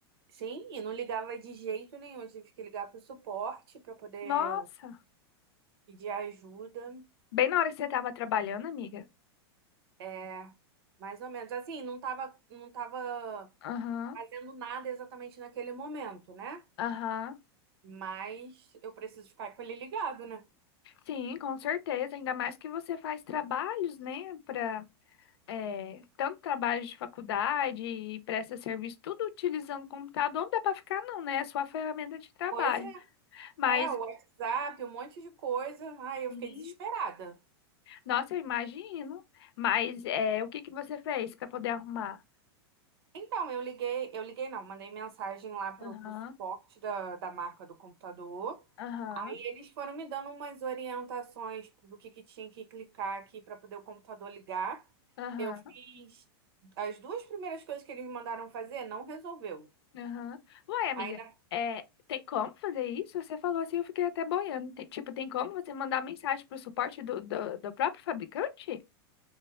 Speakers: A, on the right; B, on the left.
A: Sim, e não ligava de jeito nenhum. Eu tive que ligar pro suporte para poder
B: Nossa,
A: pedir ajuda.
B: bem na hora que você tava trabalhando, amiga?
A: É, Mais ou menos assim, não tava, não tava
B: Aham,
A: fazendo nada exatamente naquele momento, né?
B: aham.
A: Mas eu preciso ficar com ele ligado, né?
B: Sim, com certeza. Ainda mais que você faz trabalhos, né? Pra, é, tanto trabalho de faculdade e presta serviço, tudo utilizando o computador. Não dá pra ficar, não, né? É sua ferramenta de trabalho.
A: Pois é,
B: Mas,
A: É, o WhatsApp, um monte de coisa. Ai, eu
B: sim,
A: fiquei desesperada.
B: nossa, eu imagino. Mas, é, o que que você fez pra poder arrumar?
A: Então, eu liguei, eu liguei não, mandei mensagem lá pro,
B: Aham.
A: pro suporte da, da marca do computador.
B: Aham,
A: Aí eles foram me dando umas orientações do que, que tinha que clicar aqui para poder o computador ligar.
B: aham,
A: Eu fiz as duas primeiras coisas que eles mandaram fazer, não resolveu.
B: aham. Uai, amiga,
A: Ainda
B: é, tem como fazer isso? Você falou assim, eu fiquei até boiando. Tem- tipo, tem como você mandar mensagem pro suporte do, do, do próprio fabricante?